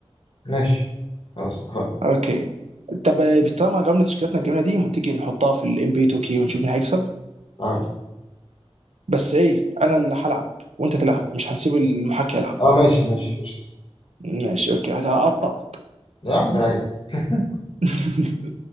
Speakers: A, on the left; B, on the right.
A: ماشي خلاص اتفقنا
B: اوكي طب آه، طالما جربنا تشكيلاتنا الجميله دي ما تيجي نحطها في الام بي 2 كي ونشوف مين هيكسب
A: تعال
B: بس ايه انا اللي هلعب وانت تلعب مش هنسيب المحاكي يلعب
A: اه ماشي ماشي قشطه
B: ماشي اوكي هقطعك
A: يا عم ريح <laughs>
B: <laughs>